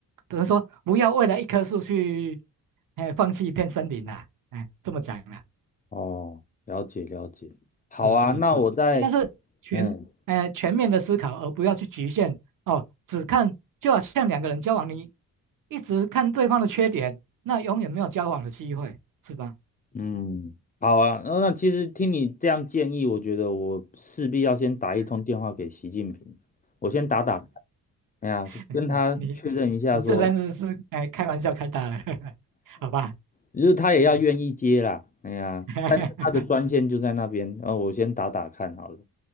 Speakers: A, on the right; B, on the left.
A: 等于说不要为了一棵树去，哎，放弃一片森林啦，哎，这么讲啦。
B: 哦，了解了解。好啊，
A: 是是是，
B: 那我再，
A: 应该是全呃全面的思考，
B: 嗯
A: 而不要去局限哦，只看就好像两个人交往，你一直看对方的缺点，那永远没有交往的机会，是吧？
B: 嗯，好啊。那那其实听你这样建议，我觉得我势必要先打一通电话给习近平，
A: 嗯
B: 我先打打看，哎呀，
A: <laughs>
B: 就跟他确认一下说，
A: 你你你这真的是哎开玩笑开大了，<laughs> 好吧？
B: 就是他也要愿意接啦，哎呀，
A: <laughs>
B: 但是他的专线就在那边，然后我先打打看好了。